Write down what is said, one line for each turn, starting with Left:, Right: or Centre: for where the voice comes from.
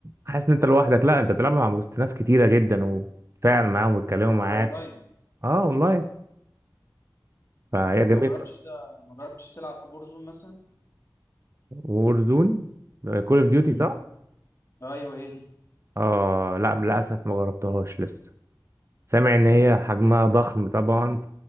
Right: وحاسس إن أنت لوحدك لا أنت بتلعبها مع وسط ناس كتيرة جدا وبتتفاعل معاهم ويتكلموا معاك
Left: اه اونلاين
Right: اه أونلاين فهي
Left: طب انت
Right: جميلة
Left: ما جربتش تلع- ما جربتش تلعب بورزون مثلا
Right: وورزون كول أوف ديوتي
Left: امم
Right: صح؟
Left: ايوه هي دي
Right: اه لا للأسف ما جربتهاش لسه سامع إن هي حجمها ضخم طبعا